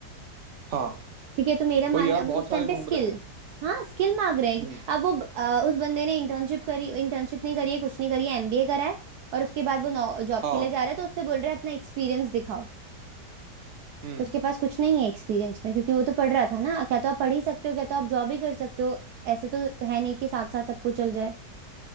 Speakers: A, on the right (about 45°); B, on the right (about 65°).
A: हाँ
B: ठीक है तो मेरा मानना
A: वही यार बहुत
B: उस
A: सारे
B: टाइम
A: घूम
B: पे स्किल
A: रहे हैं
B: हाँ स्किल मांग रहे हैं
A: हम्म
B: अब वो अ, उस बंदे ने इंटर्नशिप करी इंटर्नशिप नहीं करी है कुछ नहीं करी है एमबीए करा है और उसके बाद वो जॉब
A: हाँ
B: के लिए जा रहा है तो उससे बोल रहे हैं अपना एक्सपीरियंस दिखाओ
A: हम्म
B: तो उसके पास कुछ नहीं है एक्सपीरियंस में क्योंकि वो तो पढ़ रहा था ना क्या तो आप पढ़ ही सकते हो क्या तो आप जॉब ही कर सकते हो ऐसे तो है नहीं कि साथ साथ सब कुछ चल जाए